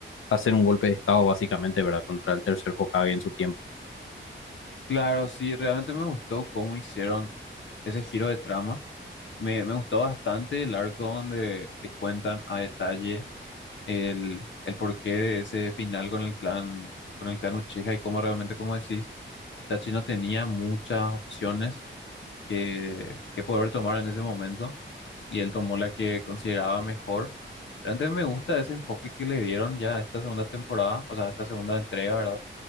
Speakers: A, on the left; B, on the left.
A: hacer un golpe de estado básicamente, ¿verdad? Contra el tercer Hokage en su tiempo.
B: Claro, sí, realmente me gustó cómo hicieron ese giro de trama. Me, me gustó bastante el arco donde te cuentan a detalle el, el porqué de ese final con el clan, con el clan Uchiha y cómo realmente, como decís, Itachi no tenía muchas opciones que, que poder tomar en ese momento y él tomó la que consideraba mejor. Realmente me gusta ese enfoque que le dieron ya a esta segunda temporada, o sea, a esta segunda entrega, ¿verdad?